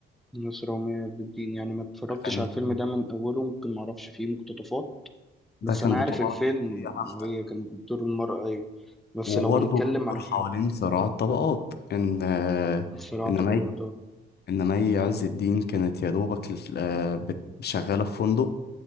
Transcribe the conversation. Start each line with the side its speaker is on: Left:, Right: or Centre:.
Centre: نصر ومية عز الدين يعني ما اتفرجتش
Left: ده كان
Centre: على
Left: كان
Centre: الفيلم
Left: بطولة-
Centre: ده من أوله ممكن ما أعرفش فيه مقتطفات
Left: ده
Centre: بس
Left: كان
Centre: أنا عارف
Left: بطولة
Centre: الفيلم
Left: مصرية بحتة
Centre: هي كانت دور المرأة أيوة بس
Left: وبرضه
Centre: لو هنتكلم
Left: بتدور
Centre: عن
Left: حوالين صراع الطبقات إن آه،
Centre: الصراع
Left: إن
Centre: طبعا
Left: مي إنما هي عز الدين كانت يا دوبك لل- آه، بت- شغالة في فندق